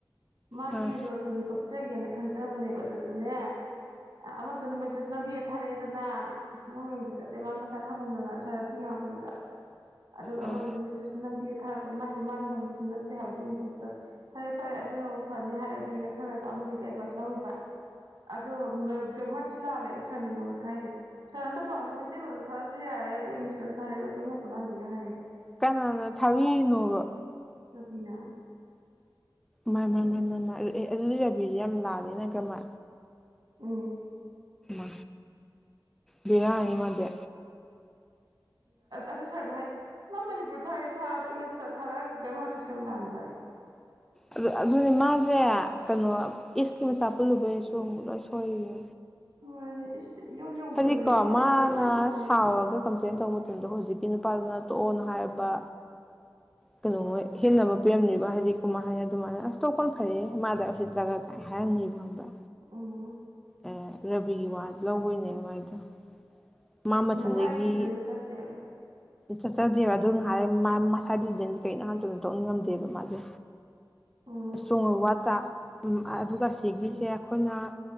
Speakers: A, on the right; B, in the centre.
A: ꯃꯥꯒꯤꯗꯤꯖꯣꯣꯔꯁ
B: ꯑꯥ
A: ꯇꯣꯛꯆꯒꯦꯅꯦ ꯈꯟꯖꯕꯅꯦꯕ ꯑꯗꯨꯗꯨꯅꯦ ꯑꯃꯗꯨꯅ ꯃꯦꯁꯦꯖ ꯅꯝꯕꯤꯔ ꯊꯥꯔꯛꯑꯦꯗꯅ ꯃꯣꯏ ꯃꯌꯨꯝꯗ ꯆꯠꯂꯦ ꯃꯥ ꯃꯁꯥ ꯁꯥꯃꯟꯗꯅ ꯁꯥꯔ ꯊꯤ ꯉꯥꯡꯄꯗꯨꯗ ꯑꯗꯨꯒ
B: ꯑꯥ
A: ꯑꯃꯗꯗꯤ ꯃꯤꯁꯦꯁ ꯅꯝꯕꯤ ꯊꯥꯔꯛꯄ ꯃꯥ ꯍꯥꯏꯁꯦ ꯃꯥꯅ ꯅꯝꯕꯁꯨ ꯅꯠꯇꯦ ꯍꯥꯏꯕ ꯑꯗꯨ ꯆꯁ ꯐꯔꯦ ꯐꯔꯦ ꯑꯗꯨꯅꯕꯨ ꯐꯅꯤ ꯍꯥꯏꯔꯗꯤ ꯈꯪꯔꯒ ꯑꯃꯗꯒꯤ ꯑꯦꯗꯚꯥꯏꯁ ꯂꯤꯕ꯭ꯔꯥ ꯑꯗ ꯃ ꯊꯂꯑꯂꯦ ꯁꯅꯉ ꯊꯥꯏꯔꯦ ꯁꯔꯗ ꯄꯅꯃꯦꯇ ꯑꯣꯏ ꯊꯥꯔꯁꯨ ꯌꯥꯔꯦ ꯑꯗ ꯏꯪꯂꯤꯁꯇꯁꯨ ꯊꯔꯦꯗ ꯔꯃꯔ ꯈꯨꯠꯂꯥꯟꯁꯤꯒ ꯍꯥꯏꯔꯦꯕ
B: ꯀꯅꯥꯅ ꯊꯥꯕꯤꯔꯤꯅꯣꯕ
A: ꯔꯕꯤꯅꯥ
B: ꯃꯥ ꯃꯥ ꯃꯥ ꯃꯥ ꯃꯥ ꯑꯦ ꯑꯗꯨꯗꯤ ꯔꯕꯤꯗꯤ ꯌꯥꯝ ꯂꯥꯜꯂꯦꯅ ꯀꯃ
A: ꯎꯝ
B: ꯎ ꯕꯤꯔꯅꯤꯤ ꯃꯗꯤ
A: ꯑꯗꯨ ꯁꯥꯔꯗ ꯍꯥꯏꯔꯦ ꯃꯥ ꯃꯅꯤꯄꯨꯔꯗ ꯊꯥꯔꯒꯦ ꯊꯥꯔꯗ ꯏꯪꯂꯤꯁꯇ ꯊꯥꯔ ꯭ꯔꯃ ꯁꯁꯝ ꯂꯥꯟ ꯥꯏ
B: ꯑꯗꯨ ꯑꯗꯨꯅꯦ ꯃꯥꯁꯦ ꯀꯩꯅꯣ ꯏꯁꯀꯤ ꯃꯆꯥ ꯄꯨꯜꯂꯨꯕꯩꯁꯨ ꯑꯃꯨꯛ ꯂꯣꯏ ꯁꯣꯏꯔꯤꯅꯦ
A: ꯃꯥꯅꯦ ꯏꯁꯇ ꯏꯌꯧ ꯌꯧꯗꯕꯅꯦꯕ
B: ꯍꯧꯖꯤꯛꯀꯣ
A: ꯏꯁꯇ
B: ꯃꯥꯅ
A: ꯅꯩꯕꯅꯦ ꯌꯥꯝ ꯁꯥꯟꯅꯩꯔꯒ
B: ꯁꯥꯎꯔꯒ ꯀꯝꯄ꯭ꯂꯦꯟ ꯇꯧꯕ ꯃꯇꯝꯗ ꯍꯧꯖꯤꯛ ꯏ ꯅꯨꯄꯥꯗꯨꯅ ꯇꯣꯛꯑꯣꯅ ꯍꯥꯏꯕ ꯀꯩꯅꯣ ꯍꯦꯟꯅꯕ ꯄꯤꯔꯝꯅꯦꯕ ꯍꯥꯏꯗꯤ ꯀꯨꯝꯃ ꯍꯥꯏ ꯑꯗꯨꯃꯥꯏꯅ ꯑꯁ ꯇꯣꯛ ꯀꯣꯟ ꯐꯔꯑꯦ ꯃꯥꯗꯁꯤꯠꯇ꯭ꯔꯒ ꯀꯥꯏ ꯍꯥꯏꯔꯝꯅꯤꯕꯪꯕ꯭ꯔꯥ
A: ꯎꯝ
B: ꯎꯪ ꯔꯕꯤ ꯋꯥꯗ ꯂꯧꯕꯣꯏꯅꯦ ꯃꯥꯏꯗꯣ ꯃꯥ ꯃꯊꯟꯗꯒꯤ
A: ꯃꯁꯥꯒꯤ ꯗꯤꯁꯤꯖꯟꯗꯤ ꯆꯠꯇꯦꯕ
B: ꯆꯠꯆꯗꯦꯕ ꯑꯗꯨ ꯉꯍꯔꯦ ꯃ ꯃꯁꯥ ꯗꯤꯖꯤꯖꯟꯖꯦ ꯀꯩꯅꯣ ꯍꯥꯟꯇꯗ ꯇꯣꯛꯅꯤꯡ ꯉꯝꯗꯦꯕ ꯃꯥꯖꯦ
A: ꯎꯝ
B: ꯏꯁꯇꯣꯡ ꯋꯥꯠ ꯆ ꯎꯝ ꯑꯗꯨꯒ ꯁꯤꯒꯤꯁꯦ
A: ꯎꯝ
B: ꯑꯩꯈꯣꯏꯅ